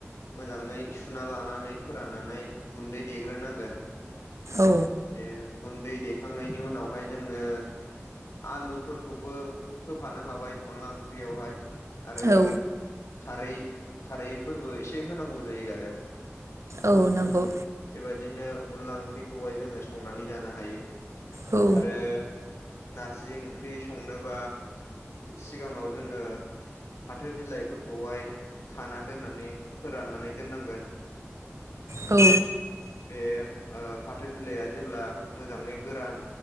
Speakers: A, on the left (about 75°); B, on the right (about 80°).
A: मोजाङै सुना लानानै फोराननानै गुन्दै देग्रोनांगोन
B: औ
A: ए गुन्दै देखांनायनि उनावहाय जोङो आलुफोरखौबो होफानो हाबाय अनला ओंख्रियावहाय आरो
B: औ
A: खारै खारैफोरबो एसे होनांगौ जायो आरो
B: औ
A: ओ
B: नंगौ
A: बेबायदिनो अनला ओंख्रिखौहाय जोङो संनानै जानो हायो।
B: औ
A: आरो नार्जि ओंख्रि संनोबा सिगाङाव जोङो फाथो बिलाइफोरखौहाय खाना दोननानै फोराननानै दोननांगोन। <inaudible>
B: औ
A: बे आ फाथो बिलाइआ जेब्ला मोजाङै गोरान